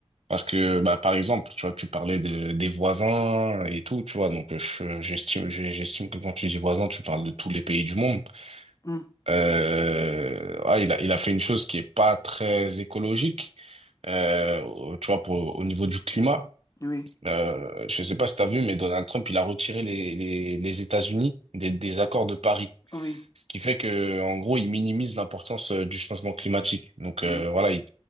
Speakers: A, on the right; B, on the left.
A: Parce que, bah, par exemple, tu vois, tu parlais de, des voisins et tout, tu vois, donc euh, je- j'estime, j'ai- j'estime que quand tu dis voisins, tu parles de tous les pays du monde.
B: Mmh,
A: Euh, ah, il a, il a fait une chose qui est pas très écologique, euh, au- tu vois, pour, au niveau du climat.
B: oui,
A: Euh, je sais pas si tu as vu, mais Donald Trump, il a retiré les, les, les États-Unis des, des accords de Paris.
B: oui,
A: Ce qui fait que, en gros, il minimise l'importance euh, du changement climatique. Donc, euh,
B: oui.
A: voilà, il,